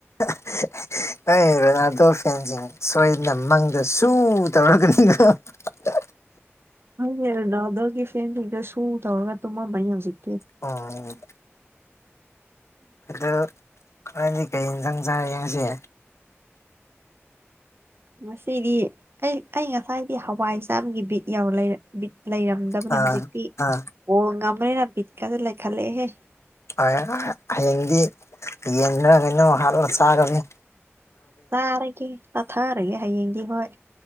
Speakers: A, on the left; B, on the right.
A: <inaudible> ꯅꯩ ꯔꯣꯅꯥꯜꯗꯣ ꯐꯦꯟꯁꯤꯡ ꯁꯣꯏꯗꯅ ꯃꯪꯗ ꯁꯨ ꯇꯧꯔꯛꯒꯅꯤꯀꯣ <unintelligible>
B: ꯅꯪꯒꯤ ꯔꯣꯅꯥꯜꯗꯣꯒꯤ ꯐꯦꯟꯁꯤꯡꯗꯣ ꯁꯨ ꯇꯧꯔꯒ ꯇꯨꯃꯝꯃꯅꯤ ꯍꯧꯖꯤꯛ
A: ꯑꯣ ꯑꯗꯣ ꯅꯣꯏꯗꯤ ꯀꯩ ꯍꯦꯟꯖꯥꯡ ꯆꯥꯔꯒꯦ ꯉꯁꯤ
B: ꯉꯁꯤꯗꯤ ꯑꯩ ꯑꯩ ꯉꯁꯥꯏꯗꯤ ꯍꯋꯥꯏ ꯆꯥꯕꯒꯤ ꯕꯤꯠ ꯌꯥꯎ ꯂꯩ ꯕꯤꯠ ꯂꯩꯔꯝꯗꯕꯅꯦ
A: ꯑꯥ
B: ꯍꯧꯖꯤꯛꯇꯤ
A: ꯑꯥ
B: ꯕꯣꯜ ꯉꯝꯕꯩꯔ ꯕꯤꯠꯀꯥꯖꯦ ꯂꯩꯈꯠꯂꯛꯑꯦꯍꯦ
A: ꯍꯣꯏ ꯍꯌꯦꯡꯗꯤ ꯌꯦꯟꯔ ꯀꯩꯅꯣ ꯍꯥꯠꯂ ꯆꯥꯒꯅꯤ
B: ꯆꯥꯔꯒꯦ ꯆꯥꯊꯔꯒꯦ ꯍꯌꯦꯡꯗꯤ ꯍꯣꯏ